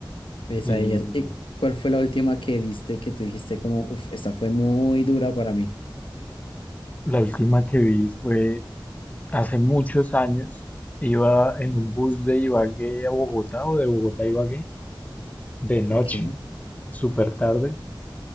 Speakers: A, on the left; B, on the left.
A: Pues
B: Y
A: a ellas, eh, ¿cuál fue la última que viste que tú dijiste como, uff, esta fue muy dura para mí?
B: la última que vi fue hace muchos años. Iba en un bus de Ibagué a Bogotá o de Bogotá a Ibagué de noche,
A: Ok, no
B: súper tarde,